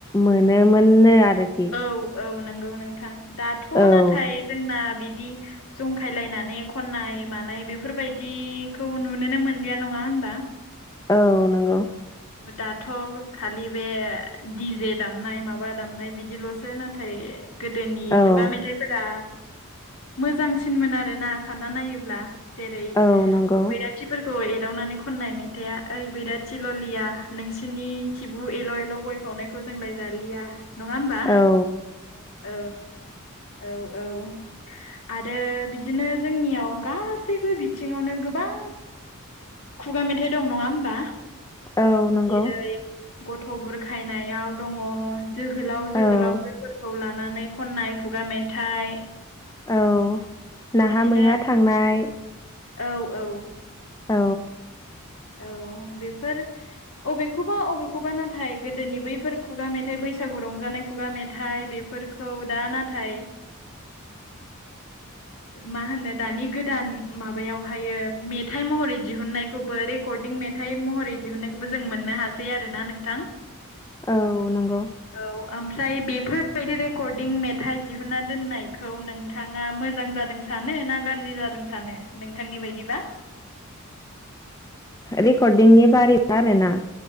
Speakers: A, on the left (about 15°); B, on the left (about 70°).
A: मोनोमोननो आरोखि
B: औ औ नंगौ नोंथां दाथ'
A: औ
B: नाथाय जोंना बिदि बिदि जंखायलायनानै खन्नाय मानाय बेफोरबायदिखौ नुनोनो मोनलिया नङा होनबा?
A: औ नंगौ
B: दाथ' खालि बे डि जे दामनाय माबा दामनाय बिदिल'सो नाथाय गोदोनि
A: औ
B: खुगा मेथाइफोरा मोजांसिनमोन आरोना सानना नायोब्ला। जेरै
A: औ नंगौ
B: बैराथिफोरखौ एदावनानै खननाय मेथाइआ ओइ बैराथि ल' लया नोंसिनि खिबु एल' एल' गय खावनायखौ जोंलाय जालिया। नङा होमबा
A: औ
B: औ औ औ। आरो बिदिनो जोंनियाव गासैबो बिथिङावनो गोबां खुगा मेथाइ दं नङा होमबा
A: औ नंगौ
B: जेरै गथ' बुरखायनायाव दङ । जोहोलाव जोहोलावजोफोरखौ
A: औ
B: लानानै खननाय खुगा मेथाइ।
A: औ नाहा
B: बिदिनो
A: मैहा थांनाय।
B: औ औ।
A: औ।
B: औ बेफोर अबेखौबा अबेखौबा नाथाय गोदोनि बैफोर खुगा मेथाइ बै बैसागु रंजानाय खुगा मेथाइ बेफोरखौ दा नाथाय मा होनो दानि गोदान माबायावहायो मेथाइ महरै दिहुननायखौ खौबो रेकर्डिं मेथाइ महरै दिहुननायखौबो जों मोननो हासै आरोना नोंथां।
A: औ नंगौ
B: औ ओमफ्राय बे बेफोरबायदि रेकर्डिं मेथाइ दिहुनना दोननायखौ नोंथाङा मोजां जादों सानोना गाज्रि जादों सानो नोंथांनि बायदिबा।
A: रेकर्डिंनि बारै आरोना।